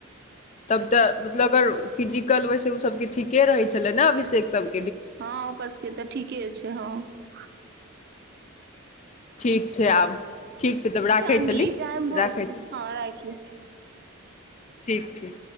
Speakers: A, on the left; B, on the right.
A: तब तऽ, मतलब अगर फिजिक कल वैसे ओ सबके ठीके रहै छलै ने, अभिषेक सब
B: हँ ओकरसके तऽ ठीके छै, हँ।
A: ठीक छै आब, ठीक छै, तब राखै
B: अञ्जलि
A: छली,
B: टाइम भऽ
A: राखै
B: गेल
A: छै,
B: हँ राखि ली
A: ठीक छै।